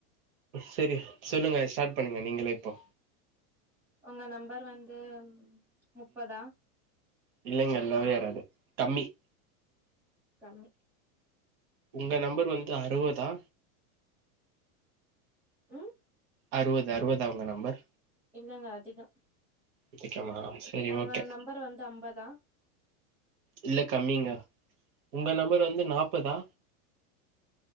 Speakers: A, on the right; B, in the centre.
A: சரி சொல்லுங்க ஸ்டார்ட் பண்ணுங்க நீங்களே இப்போ
B: உங்க நம்பர் வந்து முப்பதா
A: இல்லங்க இல்லவே எராது கம்மி
B: கம்மி
A: உங்க நம்பர் வந்து அறுவதா
B: ம்
A: அறுவது அறுவதா உங்க நம்பர்
B: இல்லங்க அதிகொ
A: அதிகமா செரி
B: உங்க
A: ஓகே
B: நம்பர் வந்து அம்பதா
A: இல்ல கம்மிங்க உங்க நம்பர் வந்து நாப்பதா